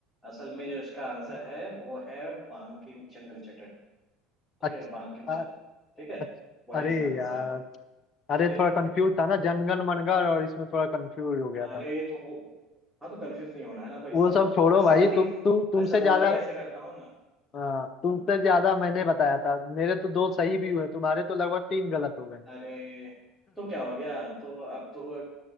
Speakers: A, in the centre; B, on the left.
A: असल में जो इसका आंसर है वो है बांकिम चंद्र चटर्जी ठीक
B: अच्छा
A: है बांकिम चंद्र
B: अ-
A: ठीक है
B: अच्छा,
A: वही
B: अरे
A: इसका आंसर
B: यार
A: है
B: अरे
A: जी
B: थोड़ा कंफ्यूज था ना जनगण मनगढ़ और इसमें थोड़ा कंफ्यूज हो गया था
A: अरे
B: मैं
A: तो वो हाँ तो कंफ्यूज नहीं होना है ना भाई सवाल
B: वो सब छोड़ो
A: मैं सवाल
B: भाई
A: ही
B: तुम तु, तुमसे
A: मैं सवाल
B: ज्यादा
A: ही ऐसे करता हूँ ना
B: अ, तुमसे
A: <laughs>
B: ज्यादा मैंने बताया था मेरे तो दो सही भी हुए तुम्हारे तो लगभग तीन गलत हो गए
A: अरे तो क्या हो गया तो अब तो वो